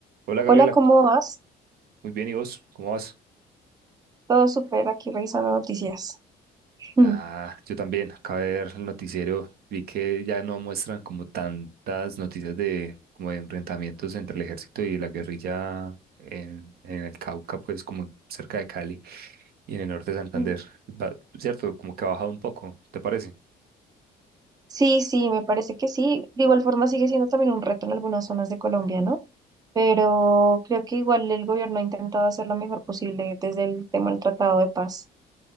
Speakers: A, on the right (about 65°); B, on the right (about 20°).
A: Hola Gabriela,
B: Hola, ¿cómo vas?
A: muy bien, ¿y vos? ¿Cómo vas?
B: Todo súper, aquí revisando noticias. Mm.
A: Ah, yo también, acabé de ver el noticiero, vi que ya no muestran como tantas noticias de como de enfrentamientos entre el ejército y la guerrilla en, en el Cauca, pues como cerca de Cali y en el norte de Santander.
B: Mm.
A: Va- cierto, como que ha bajado un poco, ¿te parece?
B: Sí, sí, me parece que sí. De igual forma sigue siendo también un reto en algunas zonas de Colombia, ¿no? Pero creo que igual el gobierno ha intentado hacer lo mejor posible desde el tema del Tratado de Paz.